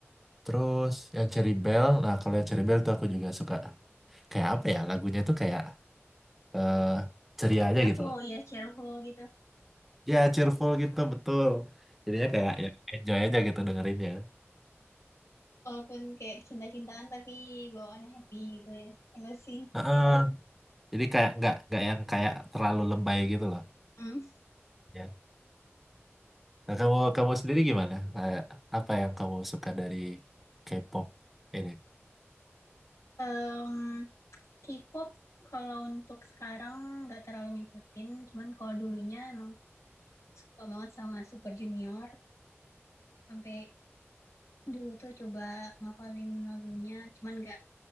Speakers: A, in the centre; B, on the left (about 85°).
A: terus yang Cherry Bell, nah kalau yang Cherry Bell tuh aku juga suka. Kayak apa ya? Lagunya tuh kayak eh ceria aja
B: Cheerful
A: gitu loh.
B: ya cheerful gitu.
A: Ya, cheerful gitu, betul. Jadinya kayak ya enjoy aja gitu dengerinnya.
B: Walaupun kayak cinta-cintaan tapi bawaannya happy gitu ya. Enggak sih.
A: Heeh. Jadi kayak nggak nggak yang kayak terlalu lebay gitu loh.
B: Hmm.
A: Ya. Nah, kamu kamu sendiri gimana? Kayak apa yang kamu suka dari K-pop ini?
B: Em, K-pop kalau untuk sekarang nggak terlalu ngikutin, cuman kalau dulunya emang suka banget sama Super Junior, sampai dulu tuh coba ngapalin lagunya, cuman nggak.